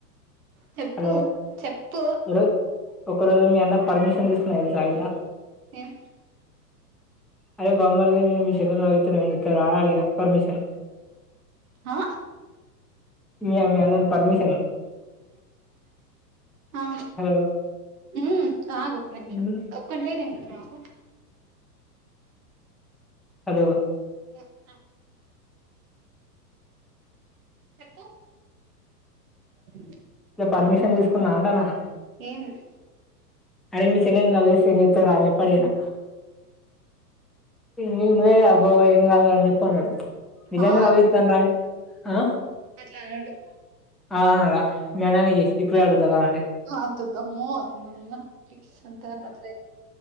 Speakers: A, on the right; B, in the centre.
A: చెప్పు
B: హలో
A: చెప్పు
B: ఒరు ఒక రోజు మీ అన్న పర్మిషన్ తీసుకున్నా తెలుసా ఇట్లా
A: ఏం
B: అరే బామ్మర్ది నేన్ మీ చెల్లె లవ్ చేత్తున ఇత్తావా అడిగిన పర్మిషన్
A: ఆ
B: మీ మీ అన్నను పర్మిషన్
A: ఆ
B: హలో
A: ఉమ్ ఆగు ఒక్క నిమిషం
B: ఉమ్
A: ఒక్కంటే నిమిషం ఆగు
B: హలో
A: ఏ ఆగు చెప్పు <inaudible>
B: ఇట్లా పర్మిషన్ తీసుకున్నా అంటానా
A: ఏంద్
B: అరే మీ చెల్లన్ని లవ్ జేత్తే ఏం జెత్తవ్ రా అని జెప్పి అడిగినా నువ్ నువ్వే గా బావ ఏం గాదు అని చెప్పి అన్నడు నిజంగా
A: ఆ
B: లవ్ జెత్తండా ఆ
A: అట్లా అనడు
B: ఆవుననడా మీ అన్ననే జేసి ఇప్పుడే అడుగుత కావాలంటే
A: అంతొద్దు అమ్మో వద్దు నాయన ప్లీస్ అంత అట్ల